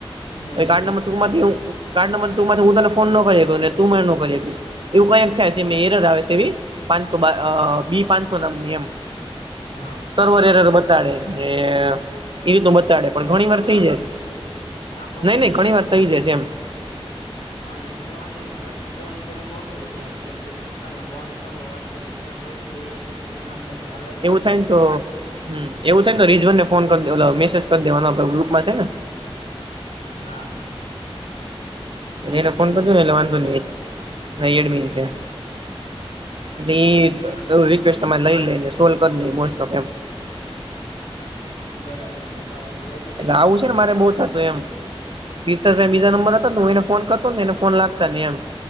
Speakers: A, on the left; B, on the right.
A: નહી
B: એ કાર્ડ
A: નોલે
B: નંબર ટુ માંથી હું કાર્ડ નંબર તું માથી હું તને ફોન નો કરી હકુ ને તું મને નો કરી હકી. એવું કયાક થાય છે એમે એરર આવે છે એવી પાંચસો બા અ બી પાંચસો નામની એમ.
A: હા.
B: સર્વર એરર બતાડે જે એવી તો બતાડે પણ
A: પ્રોબ્લેમ
B: ઘણી વાર
A: આવી
B: થઈ જસ
A: જાય ને કેમ કે થાવું
B: નહી
A: તો
B: નહી
A: જોઈએ
B: ઘણી
A: ને
B: વાર
A: કેમ
B: થઇ
A: કે
B: જસ એમ. <inaudible>
A: હા એમ તો વાંધો નહી બાકી તો નહી તેનું કોકડુ વળી જાય એમ કેમ કે આપડ ફોન કરવો વાત કર્યું એ તો થાવું જ જોઈએ એમ નામ તો કઈ હાલે નહી.
B: થાઈને તો હમ એવું થાય ને તો રીજવાન ને ફોન કર દેવ ઓલો મેસેજ કરી દેવાનો આપડા ગ્રુપમાં છે ને.
A: હા.
B: એટલે
A: એ
B: એને
A: એડમિન
B: ફોન કરજો
A: છે
B: ને એટલે વાંધો નહી એ ભાઈ એડમીન છે. એટ
A: બરાબર
B: એ
A: છે
B: રિક્વેસ્ટ
A: ઈ
B: તમારે લઈ લઈને સોલ્વ કરી દે મોસ્ટ ઓફ એમ.
A: બરાબર છે ભા એપ
B: એટલે આવું છે ને મારે બહુ થતું એમ. તીર્થ
A: હા
B: રે
A: હા
B: બીજા નંબર હતા ને હું એને ફોન કરતો ને એને ફોન લાગતા નઈ એમ